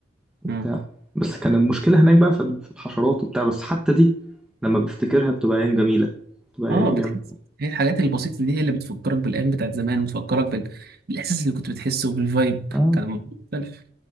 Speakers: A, in the centre; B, on the right.
A: وبتاع
B: دي
A: بس كان المشكلة هناك بقى في ال- في الحشرات وبتاع بس حتى دي لما بفتكرها بتبقى أيام جميلة بتبقى
B: اه
A: أيام
B: بتحس هي الحاجات البسيطة دي هي اللي بتفكرك بالأيام بتاعت زمان وتفكرك بال... بالإحساس اللي كنت بتحسه وبالفايب
A: آه
B: كان الموضوع مختلف